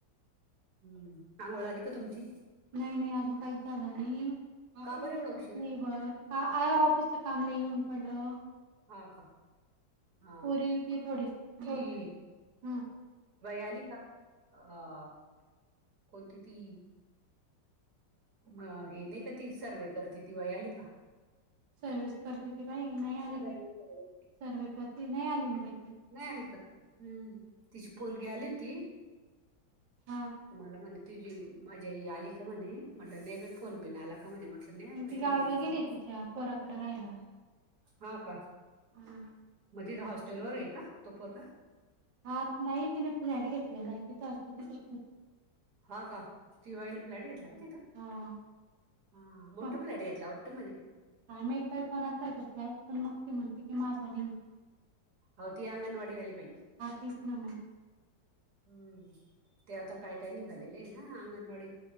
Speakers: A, on the right; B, on the right.
A: हम्म आंघोळ आली का तुमची
B: नाही नाही अजून काहीच झालं नाही नाही
A: का बरं एवढा उशीर
B: ब का आ ऑफिसच कामला येऊन पडलं
A: हा का हा
B: पोरी दे थोडी बोल
A: ती
B: हा.
A: वयाली का अ कोणती ती म हे नाही का ती सर्व करते ती व आली का
B: सर्वस करते की बाई नाही आले
A: सर्वे
B: सर्व
A: सर्वे.
B: करते नाही आली काही
A: नाही आली का हम्म तिची पोरगी आली होती
B: हा
A: मला म्हणे तुझी माझ्या आलीिका म्हणे म्ह नाही फोन बीन आला का म्हणे म्हटलं नाही आला
B: मग ती
A: तुझ्याचा
B: गावला गेली
A: फोन
B: तिच्या पोराकडं राहायला
A: हा का
B: हा.
A: मध हॉस्टेलवरर आहे का तोपोरग
B: हा नाही तिने पुण्या अड घेतलेला तिथं असतो तिथं
A: हा का सिवाईने फ्लॅट घेतला का तिथं
B: हा.
A: हा मोठा
B: कोण
A: प्लॅट घेतला वाटत म्हणे
B: काय माहीतय कोणाचा तो फ्लॅट पण मग ती म्हणते की माझं न
A: आ त अंगनवाडी वाली प
B: तीच ना मग
A: हम्म ते आता काय काय निघालेले आहे ना अंगणवाडी